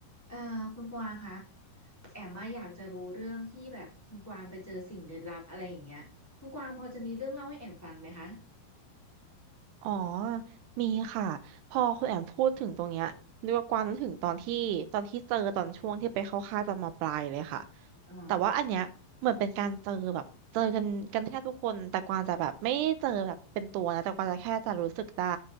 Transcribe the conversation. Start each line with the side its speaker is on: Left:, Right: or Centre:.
Centre: เอ่อคุณกวางคะแอมมาอยากจะรู้เรื่องที่แบบคุณกวางไปเจอสิ่งลึกลับอะไรอย่างเงี้ยคุณกวางพอจะมีเรื่องเล่าให้แอมฟังไหมคะ
Right: อ๋อมีค่ะพอคุณแอมพูดถึงตรงเนี้ยนึกว่ากวางนึกถึงตอนที่ตอนที่เจอตอนช่วงที่ไปเข้าค่ายตอนมปลายเลยค่ะ
Centre: อืมอ่า
Right: แต่ว่าอันเนี้ยเหมือนเป็นการเจอแบบเจอกันกันแทบทุกคนแต่กวางจะแบบไม่เจอแบบเป็นตัวนะแต่กวางจะแค่จะรู้สึกได้